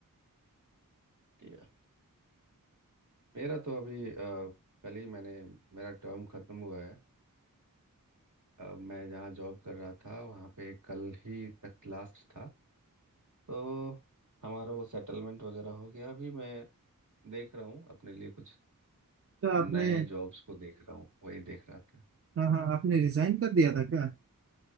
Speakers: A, on the right (about 60°); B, on the right (about 40°).
A: किया मेरा तो अभी अ, कल ही मैंने मेरा टर्म खत्म हुआ है अ, मैं जहाँ जॉब कर रहा था वहाँ पे कल ही तक लास्ट था तो हमारा वो सेटलमेंट वगैरह हो गया अभी मैं देख रहा हूँ अपने लिए कुछ
B: तो आपने
A: नए जॉब्स को देख रहा हूँ वही देख रहा था
B: हाँ हाँ आपने रिजाइन कर दिया था क्या